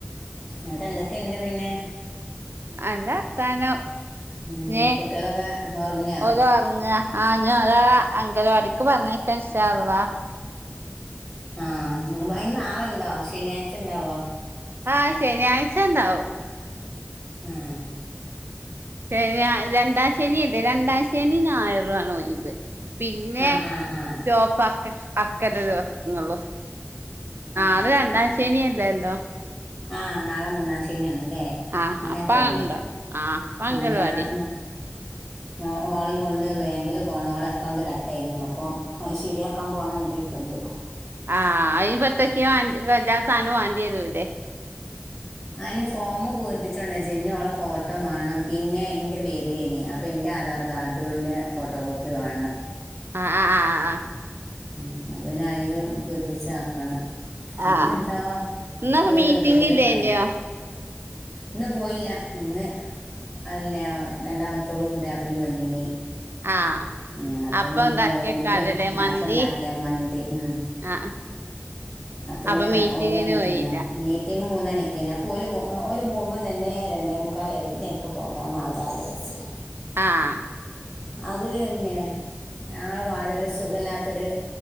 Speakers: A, on the left; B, on the right.
A: ഇന്നട്ട് എന്തൊക്കെയുണ്ട് പിന്നെ?
B: നല്ല വർത്താനം
A: ഉം,
B: നേ
A: കുട്ടികളൊക്കെ ഉറങ്ങിയോ
B: ഓലൊറങ്ങാ ആഹ് ഞാൻ ഒരാളെ അങ്കനവാടിക്ക് പറഞ്ഞയക്കാൻ ഇൻഷാ അള്ളാ
A: ആഹ് ഇനി അയ്ന് നാളെണ്ടോ ശനിയാഴ്ച ഇണ്ടാവോ
B: ആഹ് ശനിയാഴ്ച ഇണ്ടാവും
A: ആഹ്
B: ശനി രണ്ടാ ശനി ഇണ്ട് രണ്ടാം ശനിയും ഞായറു ആണ് ഒയിവ് പിന്നെ
A: ആഹ് ആഹ് ആഹ്
B: ചോപ്പക്ക അക്കന്റെ ദിവസങ്ങളും ആഹ് അത് രണ്ടാം ശനിയല്ലല്ലോ
A: ആഹ് നാളെ മൂന്നാം ശനിയാന്ന്ല്ലേ
B: ആഹ്
A: അങ്ങനെയാ
B: അപ്പ
A: തോൻന്നെ
B: ഉണ്ടോ ആഹ് അപ്പ അംഗൽവാടി
A: ആഹ് ഞാൻ ആഹ് ഓളെയും കൊണ്ട് ബാങ്കില് പോണം ഓളെ അക്കൗണ്ട് കട്ടായിന് അപ്പം അത് ശരിയാക്കാൻ പോണം കരിതീക്ക്ണ്ട്
B: ആഹ് അയിന്പ്പം എന്തെക്കെയാ വാണ്ട് എല്ലാ സാനോം വാണ്ടി വെരൂല്ലേ
A: അയിന് ഫോമ് പൂരിപ്പിച്ചോണ്ടെച്ച് ഇഞ്ഞി ഓളെ ഫോട്ടോ മാണം പിന്നെ ഇന്റെ പേരിലേനി അപ് അപ്പം ഇന്റെ ആധാർ കാർഡിൻ്റെ ഫോട്ടോ കോപ്പി വേണം
B: ആഹ് ആഹ് ആഹ്
A: ആഹ് അപ്പയിനി അയിലും പൂരിപ്പിച്ച് ആക്കണം പിന്നെന്താ
B: ആഹ് ആഹ് ഇന്നപ്പ
A: ഒരു
B: മീറ്റിംഗ്
A: ഇതുംകൂടി
B: ഇല്ലേന്യോ
A: പറഞ്ഞിന് ഇന്ന് പോയില്ലാ ഇന്ന് അല്ലാ രണ്ടാമത്തോളും പുതിയാപ്പളയും വന്നീനി
B: ആഹ്
A: ആഹ് അപ്പം
B: അപ്പൊ
A: പിന്നെ
B: ഉണ്ടാക്കിയക്കാരല്ലേ
A: ഓല്ക്ക് അപ്
B: മന്തി
A: അപ്പം ഇണ്ടാക്കിയാ മന്തി ഉം
B: ആഹ്
A: അപ്പ പിന്നെ
B: അപ്പൊ മീറ്റിങ്ങിന്
A: ഓല് വന്നപ്പെന്നെ
B: പോയില്ല
A: മീറ്റിംഗ് മൂന്ന് മണിക്ക് ഞാൻ പ്പോല് ഓല് പോകുമ്പോം തന്നെ രണ്ടേ മുക്കാലായിന്നു പിന്നെ എനിക്ക് പോകാനാവൂലാ വിജാരിച്ചു <inaudible>
B: ആഹ്
A: അത് തന്നെ ഞങ്ങളെ വാഡില് സുഖല്ലാ ത്തൊരു